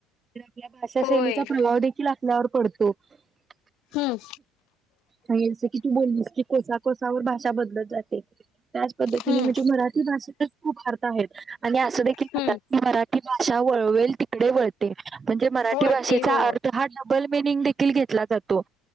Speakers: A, on the right (about 30°); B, on the left (about 70°).
A: आपल्या भाषा
B: होय
A: शैलीचा प्रभाव देखील आपल्यावर पडतो. हो
B: हम्म
A: आणि अस की तू बोललीस की कोसा कोसावर भाषा बदलत जाते त्याच पद्धतीने
B: हम्म
A: म्हणजे ते मराठी भाषेतच खूप अर्थ आहेत आणि असं देखील
B: हम्म
A: म्हणतात की मराठी भाषा वळवेल तिकडे वळते. म्हणजे मराठी
B: वळते
A: भाषेचा
B: हो
A: अर्थ हा डबल मिनिंग देखील घेतला जातो.